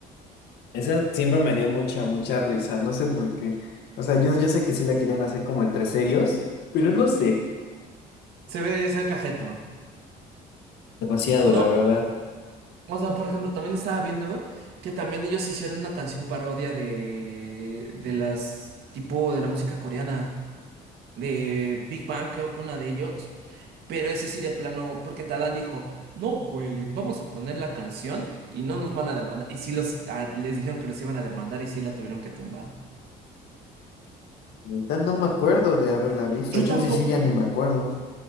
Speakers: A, on the left (about 80°); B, on the right (about 75°).
A: Esa siempre me dio mucha, mucha risa, no sé por qué. O sea, yo, yo sé que sí la querían hacer como entre serios, pero no sé.
B: Se ve, se ve cajeto.
A: Demasiado,
B: No,
A: la verdad.
B: o sea, por ejemplo, también estaba viendo que también ellos hicieron una canción parodia de, de las, tipo de la música coreana, de Big Bang, creo que una de ellos, pero ese sí de plano, porque Tadán dijo, no, güey, vamos a poner la canción y no nos van a demandar. Y sí los, ah, les dijeron que los iban a demandar y sí la tuvieron que tumbar.
A: Neta, no me acuerdo de haberla visto.
B: Yo
A: Chance
B: tampoco,
A: sí, ya ni me acuerdo.